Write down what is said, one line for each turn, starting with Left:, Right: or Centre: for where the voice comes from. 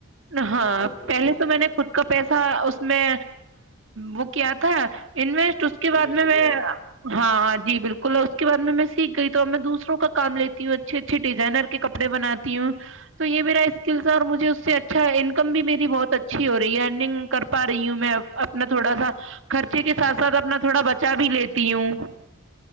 Right: ہاں
Left: بہت بہت
Right: پہلے
Left: بڑھیا
Right: تو میں
Left: بہت
Right: نے خود کا پیسہ تھا اس میں وہ کیا تھا انویسٹ تو اس کے بعد
Left: انویسٹ
Right: میں
Left: کیا
Right: میں
Left: ہوا
Right: ہاں ہاں جی بالکل ک اس کے بع میں سیکھ گئی تو میں دوسروں کا تو کام لیتی ہوں اچھے اچھے ڈزائنر کے کپڑ بناتی ہوں تو یہ میرا اسکل اور مجھے اس سے اچھا انکم بھی میری بہت اچھی ہو رہی ہے ارنگ کر پا رہی ہوں میں اپنا تھوڑا سا خرچے کے ساتھ سھ اپنا تھوڑا بچا بھی لیتی ہوں